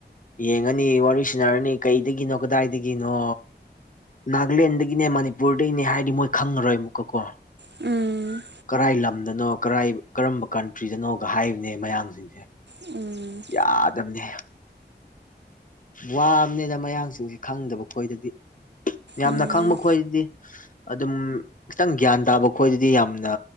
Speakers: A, on the left (about 45°); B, on the right (about 75°).
A: ꯌꯦꯡꯉꯅꯤ ꯋꯥꯔꯤ ꯁꯅꯔꯅꯤ ꯀꯩꯗꯒꯤꯅꯣ ꯀꯗꯥꯏꯗꯒꯤꯅꯣ ꯅꯥꯒꯥꯂꯦꯟꯗꯒꯤꯅꯦ ꯃꯅꯤꯄꯨꯔꯗꯒꯤꯅꯦ ꯍꯥꯏꯗꯤ ꯃꯣꯏ ꯈꯪꯉꯔꯣꯏ ꯑꯃꯨꯛꯀ ꯀꯣ
B: ꯎꯝ
A: ꯀꯔꯥꯏ ꯂꯝꯗꯅꯣ ꯀꯔꯥꯏ ꯀꯔꯝꯕ ꯀꯟꯇ꯭ꯔꯤꯗꯅꯣꯒ ꯍꯥꯏꯕꯅꯦ ꯃꯌꯥꯡꯁꯤꯡꯁꯦ
B: ꯎꯝ
A: ꯌꯥꯗꯕꯅꯦ ꯋꯥꯕꯅꯦꯅ ꯃꯌꯥꯡ ꯆꯁꯤ ꯈꯪꯗꯕ ꯈꯣꯏꯗꯗꯤ ꯌꯥꯝꯅ
B: ꯎꯝ
A: ꯈꯪꯕ ꯈꯣꯏꯗꯗꯤ ꯑꯗꯨꯝ ꯈꯤꯇꯪ ꯒ꯭ꯌꯥꯟ ꯇꯥꯕ ꯈꯣꯏꯗꯗꯤ ꯌꯥꯝꯅ